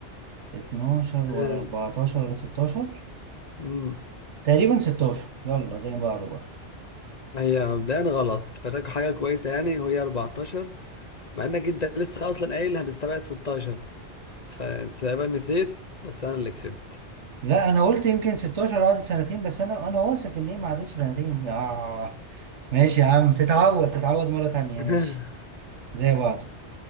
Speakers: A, on the right (about 80°); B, on the left (about 40°).
A: 12 ولا
B: آه،
A: 14 ولا 16
B: مم.
A: تقريبا 16 يلا زي بعض بقى
B: هي مبدئيا غلط فاكر حاجة كويسة يعني وهي 14 مع انك انت لسه اصلا قايل هنستبعد 16 فانت تقريبا نسيت بس انا اللي كسبت
A: لا انا قلت يمكن 16 قعدت سنتين بس انا انا واثق ان هي ما عدتش سنتين يا ماشي يا عم تتعود تتعود مرة تانية
B: <laughs>
A: ماشي زي بعضه